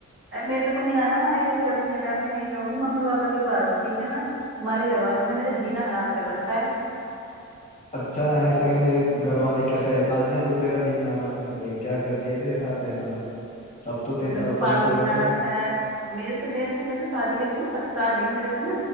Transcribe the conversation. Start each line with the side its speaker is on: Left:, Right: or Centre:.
Right: अरे मेरे को नहीं आना मायके कैसे अपने मैं अपने यहीं रहूंगी मम्मी पापा के पास ठीक है ना तुम्हारे घर वालों ने मेरे जीना हराम कर रखा है
Left: अच्छा ऐसा क्या मेरे घर वाले क्या शैतान है जो तेरा जीना हराम कर दिया क्या कर दिया तेरे साथ ऐसा सब तो तेरे
Right: मेरे
Left: साथ
Right: को पागल
Left: सही से
Right: बना
Left: रहते हैं
Right: रखा है मेरे से मेरे से मैं तो शादी करके ना पछता रही हूँ मेरे तो ना